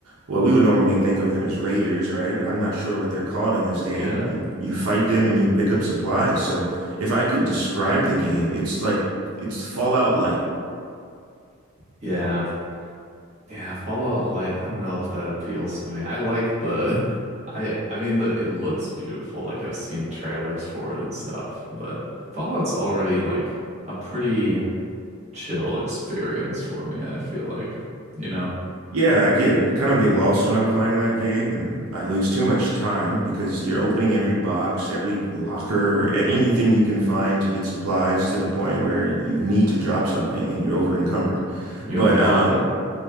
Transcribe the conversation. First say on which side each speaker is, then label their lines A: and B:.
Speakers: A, on the right; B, on the right.
A: well, we would normally think of them as raiders, right? But I'm not sure what they're called in this game.
B: Yeah.
A: You you fight them and you pick up supplies. So if I could describe the game, it's like it's Fallout Light.
B: Yeah, Yeah, Fallout Light, I don't know if that appeals to me. I like the <laughs> I I mean the it looks beautiful, like I've seen trailers for it and stuff, but Fallout's already like a pretty chill experience for me, I feel like. You know,
A: Yeah, I get I kind of get lost when I'm playing that game and I lose too much time because you're opening every box, every locker, and anything you can find to get supplies to the point where you need to drop something and you're over encumbered.
B: you
A: But
B: ever mod
A: um
B: it?